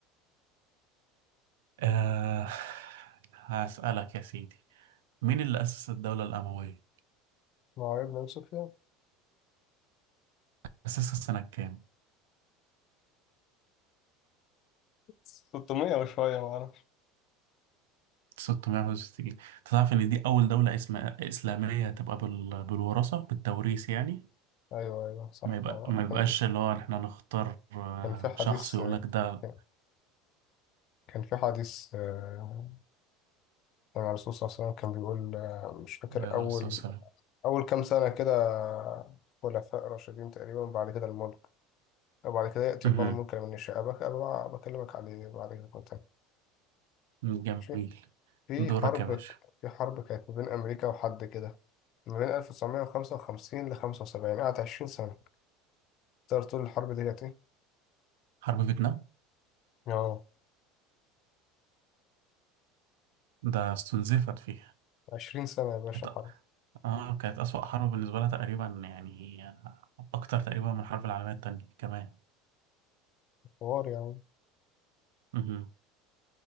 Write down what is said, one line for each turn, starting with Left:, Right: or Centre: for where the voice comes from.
Right: أه... هسألك يا سيدي مين اللي أسس الدولة الأموية؟
Left: ما هو ابن صوفيا
Right: أساسها سنة كام؟
Left: 600 وشوية ما اعرفش
Right: 661 تعرف إن دي أول دولة اسم... إسلامية تبقى بال... بالوراثة بالتوريث يعني
Left: ايوه ايوه صح
Right: ما يبقى
Left: آه،
Right: ما يبقاش
Left: كان
Right: اللي هو إحنا نختار آه،
Left: كان في حديث
Right: شخص يقول
Left: آه،
Right: لك ده
Left: كان كان في حديث آه، لما الرسول صلى الله عليه وسلم كان بيقول آه، مش فاكر
Right: عليه
Left: اول
Right: الصلاة والسلام
Left: اول كام سنة كده خلفاء راشدين تقريبا بعد كده الملك وبعد كده يأتي
Right: مهم.
Left: الله الملك لمن يشاء أبك أبقى بكلمك عليه بعد كده مرة تانية.
Right: جميل
Left: ماشي في
Right: دورك
Left: حرب
Right: يا باشا
Left: ك- في حرب كانت ما بين أمريكا وحد كده ما بين 1955 ل 75 قعدت 20 سنة تقدر تقول الحرب دي كانت إيه؟
Right: حرب فيتنام
Left: آه
Right: ده استنزفت فيها
Left: 20 سنة يا باشا
Right: كانت
Left: حرب
Right: آه كانت أسوأ حرب بالنسبة لها تقريبا يعني أكتر تقريبا من الحرب العالمية التانية كمان
Left: حوار يا عم
Right: مهم.